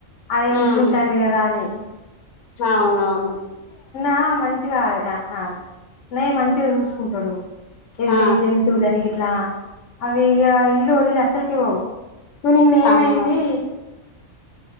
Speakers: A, on the left; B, on the left.
A: అదే
B: ఉమ్,
A: ఇంట్లఉంటాంది కదా అని
B: అవునవును.
A: ఆ మంచిగా ఆ ఆ అన్నయ్య మంచిగా చూసుకుంటాడు. ఇవి
B: ఆ
A: జంతువులను గిట్లా అవి ఇగ ఇల్లు వదిలి అసలుకే పోవు. నిన్న ఏమైంది.
B: అవును